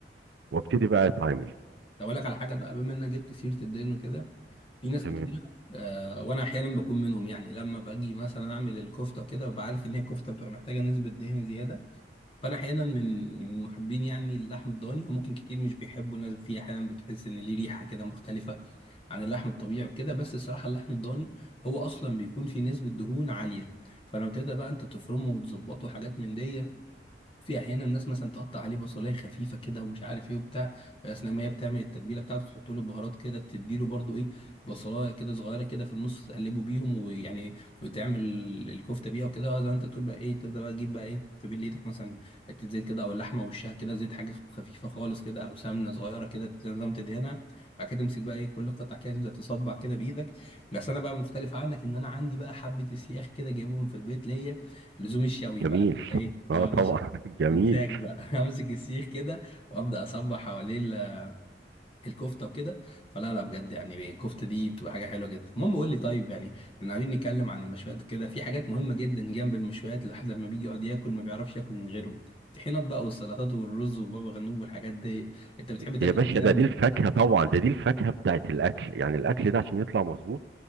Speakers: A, on the right; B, on the left.
A: وابتدي بقى اتعامل
B: طب اقول لك على حاجه بقى بما انك جبت سيره الدين وكده في ناس
A: تمام
B: كتير آه وانا احيانا بكون منهم يعني لما باجي مثلا اعمل الكفته كده ببقى عارف ان هي كفته بتبقى محتاجه نسبه دهن زياده فانا احيانا من من محبين يعني اللحم الضاني وممكن كتير مش بيحبوا ناس فيه احيانا بتحس ان ليه ريحه كده مختلفه عن اللحم الطبيعي وكده بس الصراحه اللحم الضاني هو اصلا بيكون فيه نسبه دهون عاليه فلما تبدا بقى انت تفرمه وتظبطه وحاجات من دي في احيانا الناس مثلا تقطع عليه بصلايه خفيفه كده ومش عارف ايه وبتاع اثناء ما هي بتعمل التتبيله بتاعته تحط له البهارات كده تديله برضو ايه بصلايه كده صغيره كده في النص تقلبه بيهم ويعني وتعمل الكفته بيها وكده آه، زي ما انت تقول بقى ايه تبدا بقى تجيب بقى ايه تبل ايدك مثلا حته زيت كده او اللحمه وشها كده زيت حاجه خفيفه خالص كده او سمنه صغيره كده زي نظام تدهنها بعد كده تمسك بقى ايه كل قطعه كده تبدا تصبع كده بايدك بس انا بقى مختلف عنك ان انا عندي بقى حبه اسياخ كده جايبهم في البيت ليا لزوم الشوي
A: جميل
B: بقى ايه
A: اه
B: اه
A: طبعا <laughs> جميل
B: مزاج بقى <laughs> امسك السيخ كده وابدا اصبح حواليه ال- الكفته وكده فلا لا بجد يعني الكفته دي بتبقى حاجه حلوه جدا المهم قول لي طيب يعني احنا قاعدين نتكلم عن المشويات كده في حاجات مهمه جدا جنب المشويات الواحد لما بيجي يقعد ياكل ما بيعرفش ياكل من غيرهم الطحينات بقى والسلطات والرز وبابا غنوج والحاجات دي انت بتحب تاكل
A: يا باشا
B: إيه
A: ده
B: جنب
A: دي الفاكهه طبعا ده دي الفاكهه بتاعت الاكل يعني الاكل ده عشان يطلع مظبوط